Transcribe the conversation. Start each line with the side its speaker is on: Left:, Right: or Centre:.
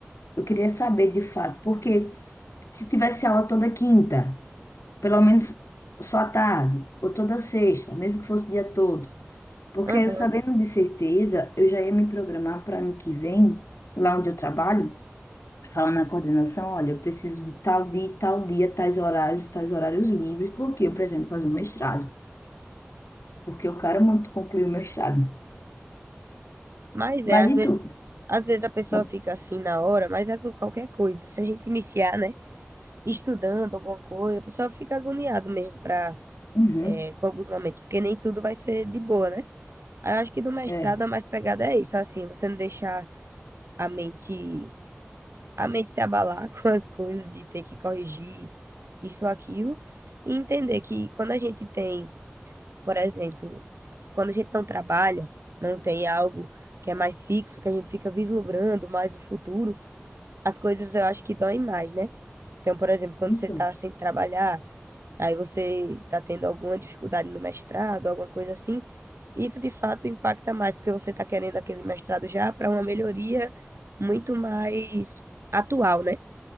Left: Eu queria saber de fato, porque se tivesse aula toda quinta, pelo menos só à tarde, ou toda sexta, mesmo que fosse o dia todo. Porque
Right: Aham.
Left: sabendo de certeza, eu já ia me programar para ano que vem, lá onde eu trabalho, falar na coordenação, olha, eu preciso de tal dia, tal dia, tais horários, tais horários livres, porque eu pretendo fazer um mestrado. Porque eu quero muito concluir o mestrado.
Right: Mas
Left: Mas
Right: é, às
Left: e
Right: vezes,
Left: tu?
Right: às vezes a pessoa
Left: Não-
Right: fica assim na hora, mas é com qualquer coisa. Se a gente iniciar, né? estudando alguma coisa, o pessoal fica agoniado mesmo pra,
Left: Uhum,
Right: é, com alguns momentos, porque nem tudo vai ser de boa, né? Aí Eu acho que do mestrado
Left: é,
Right: a mais pegada é isso, assim, você não deixar a mente, a mente se abalar <laughs> com as coisas de ter que corrigir isso ou aquilo, e entender que quando a gente tem, por exemplo, quando a gente não trabalha, não tem algo que é mais fixo, que a gente fica vislumbrando mais o futuro, as coisas eu acho que doem mais, né? Então, por exemplo, quando
Left: então.
Right: você está sem trabalhar, aí você está tendo alguma dificuldade no mestrado, alguma coisa assim, isso de fato impacta mais, porque você está querendo aquele mestrado já para uma melhoria muito mais atual, né?